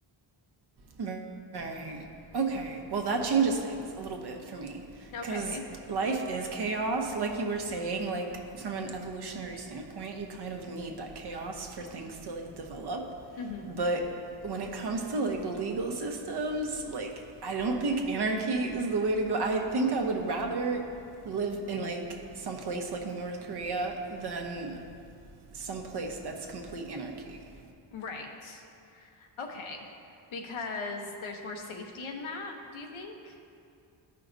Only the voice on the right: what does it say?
Right. Okay. Well, that changes things a little bit for me
because life is chaos. Like you were saying, like from an evolutionary standpoint, you kind of need that chaos for things to like develop.
But when it comes to like legal systems, like I don't think anarchy is the way to go. I think I would rather live in like some place like North Korea than some place that's complete anarchy.